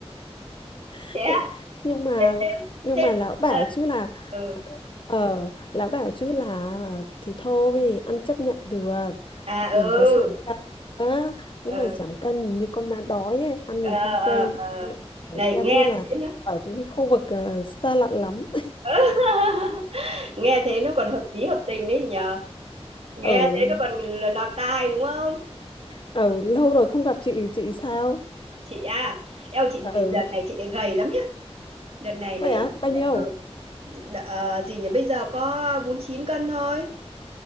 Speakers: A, on the left; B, on the right.
A: <laughs>
B: thế à
A: nhưng mà
B: thế thế
A: nhưng
B: thế-
A: mà lão bảo
B: ờ,
A: chứ là
B: ừ
A: ờ lão bảo chứ là thì thôi ăn chấp nhận được
B: à
A: đừng
B: ừ
A: có giảm cân đó
B: ờ
A: nếu mà giảm cân nhìn như con ma đói ấy, ăn
B: ờ
A: nhìn không quen
B: ờ ờ.
A: Ừ,
B: này
A: em
B: nghe
A: như là
B: thế nó
A: ở cái khu vực ờ, xa lạ lắm <laughs>
B: <laughs> nghe thế nó còn hợp lý hợp tình đấy nhờ nghe
A: ở
B: thế nó còn l- lọt tai đúng không
A: ở lâu rồi không gặp chị chị sao
B: chị à eo chị bây-
A: ừ
B: đợt này chị lại gầy lắm nhá đợt này lại
A: vậy á bao
B: lại
A: nhiêu
B: ừ, đ- ờ, gì nhỉ bây giờ có 49 cân thôi